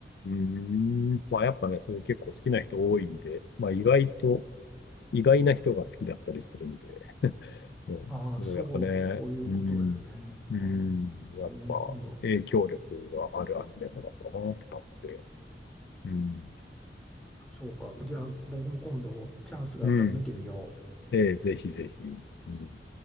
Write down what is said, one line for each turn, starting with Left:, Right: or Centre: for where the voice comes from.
Left: うーん。まあやっぱね、それ結構好きな人多いんで、まあ意外と意外な人が好きだったりするんで、<laughs> うんすごいやっぱね、
Centre: ああ、そう、そういうことだよね。
Left: うん、うん、
Centre: ああ、
Left: やっぱ影響力があるアニメなんだなって感じで、
Centre: 僕も今度、
Left: うん、
Centre: そうか。じゃあ僕も今度チャンスがあったら見てみよう。
Left: うん、ええ、ぜひぜひ、うん